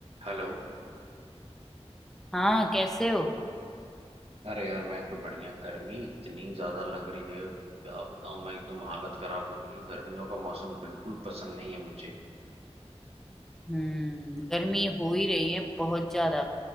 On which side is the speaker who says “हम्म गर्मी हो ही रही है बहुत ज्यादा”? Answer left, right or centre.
Centre